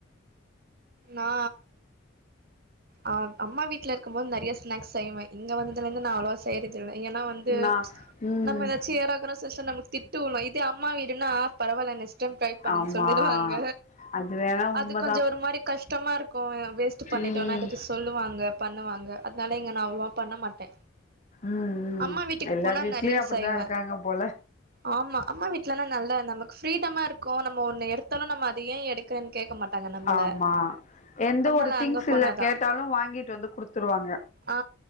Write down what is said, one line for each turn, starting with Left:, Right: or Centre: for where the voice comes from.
Right: நா ஆஹ் அம்மா வீட்டுல இருக்கும் போது நெறைய ஸ்நேக்ஸ் செய்வே. இங்க வந்து இதிலிருந்து நா அவ்ளவா செயர்தில ஏன்னா வந்து
Left: நா ம்
Right: நம்ம ஏதாச்சு எடாகுடம் <unintelligible> திட்டு வுழு இதே அம்மா வீடுனா பரவால்ல நெக்ஸ்ட் டைம் டிரை பண்ணுனு
Left: ஆமா
Right: சொல்லிடுவாங்க,
Left: அது வேணா
Right: அது
Left: உண்மதா
Right: கொஞ்சோ ஒரு மாரி கஷ் டமா இருக் கு வேஸ்ட் பண்ணி
Left: ம்
Right: டோன்னா எதாத்து சொல்லுவாங்க பண்ணுவாங் ங்க அத்னால இங்க நா அவ்வளவா பண்ண மாட்டே
Left: ம் ம்
Right: அம்மா வீட்டுக்கு
Left: எல்லார்
Right: போனா
Left: வீட்லயு
Right: நறைய
Left: அப்டிதா
Right: செய்வ
Left: இருக்காங்க போல
Right: ஆமா அம்மா வீட்லல்லா நல்ல நமக்கு ஃப்ரீடமா இருக்கு நம்ம ஒண்ணு எடுத் தாலு நம்ம இத ஏ எடுக்குறன் கேக்க மாட்டாங்க நம்பள
Left: ஆமா எந்த
Right: அத்னால
Left: ஒரு திங்ஸ்
Right: அங்க போனாதா
Left: இல்ல கேட்டாலு வாங்கிட்டு வந்து குடுத்துருவாங்க
Right: ஆ